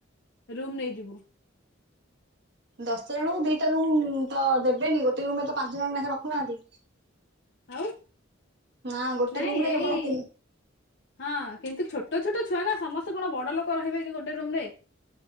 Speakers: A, on the left (about 60°); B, on the right (about 55°).
A: ରୁମ୍ ନେଇଯିବୁ।
B: ଦଶ ଜଣଙ୍କୁ ଦିଟା ରୁମ୍-ଉ-ଉ ତ ଦେବେନି ଗୋଟେ ରୁମରେ ତ ପାଞ୍ଚ ଜଣ ନେଖା ରଖୁନାହାନ୍ତି।
A: ଆଉ,
B: ନା ଗୋଟେ
A: ନାଇଁ
B: ରୁମ ରେ
A: ଏଇ
B: କେବଳ ତିନି
A: ହଁ କିନ୍ତୁ ଛୋଟ ଛୋଟ ଛୁଆ ନା ସମସ୍ତେ କଣ ବଡ ଲୋକ ରହିବେ କି ଗୋଟେ ରୁମରେ?